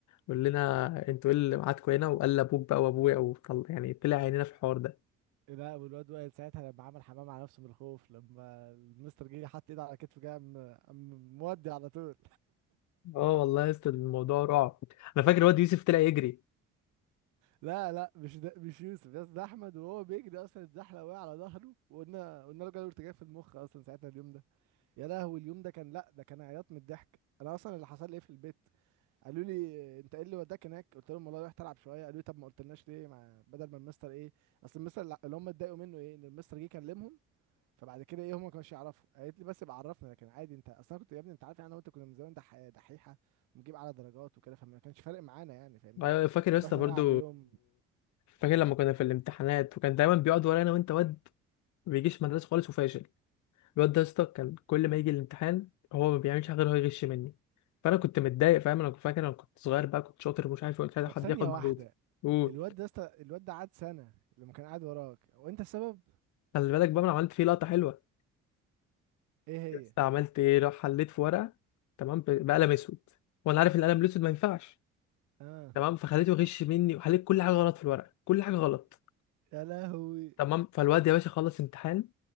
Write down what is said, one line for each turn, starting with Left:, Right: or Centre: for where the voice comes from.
Left: يقول لنا انتوا ايه اللي معاكوا هنا وقال ابوك بقى وابويا وطل... يعني طلع عينينا في الحوار ده
Right: لا والواد وائل ساعتها لما عمل حمام على نفسه من الخوف لما المستر جه حط ايده على كتفه جه قام قام مودي على طول
Left: اه والله يا اسطى الموضوع رعب انا فاكر الواد يوسف طلع يجري
Right: لا لا مش ده مش يوسف يا اسطى، ده احمد وهو بيجري اصلا اتزحلق وقع على ظهره وقلنا قلنا له جاله ارتجاع في المخ اصلا ساعتها اليوم ده يا لهوي اليوم ده كان لا ده كان عياط من الضحك انا اصلا اللي حصل لي ايه في البيت قالوا لي انت ايه اللي وداك هناك قلت لهم والله رحت العب شويه قالوا لي طب ما قلتلناش ليه مع بدل ما المستر ايه اصل المستر اللي اللي هم اتضايقوا منه ايه ان المستر جه كلمهم فبعد كده ايه هم ما كانوش يعرفوا قالت لي بس بعرفنا لكن عادي انت اصلا كنت يا ابني انت عارف يعني انا وانت كنا من زمان دح- دحيحه ونجيب على درجات وكده فما كانش فارق معانا يعني فاهمني
Left: ايوه فاكر يا اسطى
Right: رحنا
Left: برضو
Right: نلعب يوم
Left: فاكر لما كنا في الامتحانات وكان دايما بيقعد ورانا وانت واد ما بيجيش مدرسه خالص وفاشل الواد ده يا اسطى كان كل ما يجي الامتحان هو ما بيعملش حاجه غير هو يغش مني فانا كنت متضايق فاهم انا كنت فاكر انا كنت صغير بقى كنت شاطر ومش عارف إيه، مش عايز
Right: طب
Left: حد
Right: ثانية
Left: ياخد
Right: واحدة
Left: مجهودي قول
Right: الواد ده است... الواد ده قعد سنة لما كان قاعد وراك وانت السبب
Left: خلي بالك بقى انا عملت فيه لقطه حلوه
Right: ايه هي
Left: بس عملت ايه راح حليت في ورقه تمام ب- بقلم اسود وانا عارف ان القلم الاسود ما ينفعش
Right: اه
Left: تمام فخليته يغش مني وحليت كل حاجه غلط في الورقه كل حاجه غلط
Right: يا لهوي
Left: تمام فالواد يا باشا خلص امتحان